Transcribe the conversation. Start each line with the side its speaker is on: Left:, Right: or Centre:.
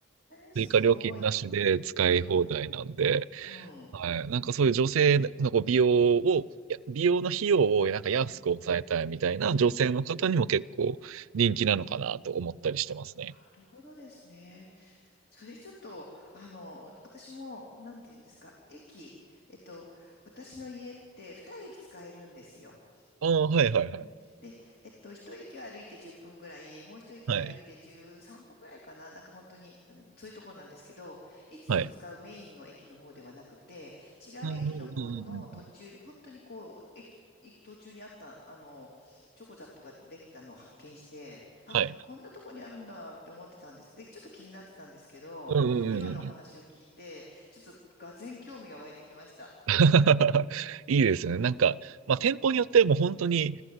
Left: え、
Right: 追加料金なしで使い放題なんで、
Left: すごい。うん、うん、
Right: はい。なんかそういう女性のこう美容を、いや美容の費用をなんか安く抑えたいみたいな女性の方にも結構人気なのかなと思ったりしてますね。
Left: うん、うん。なるほどですね。それちょっと、あの、私も、なんて言うんですか、駅、えっと、私の家って二駅使えるんですよ。
Right: ああ、はいはいはい。
Left: うんで、えっと、一駅を歩いて10分ぐらい、もう一駅を歩いて13分ぐらいかな、
Right: はい。
Left: なんか本当に、うん、そういうところなんですけど、いつも使うメインの駅の方ではなくて、
Right: はい。
Left: 違う駅の方の途中に、
Right: うんうんうんうんうん。
Left: 本当にこう、駅、途中にあった、あの、チョコザップができたのを発見して、あ、
Right: はい。
Left: こんなとこにあるんだって思ってたんです。で、ちょっと気になってたんですけど、
Right: うんうんうんうん
Left: 今のお話を聞いて、ちょっと画然興味が湧いてきました。
Right: <laughs> いいですよね。なんか、まあ、店舗によってはもう本当に、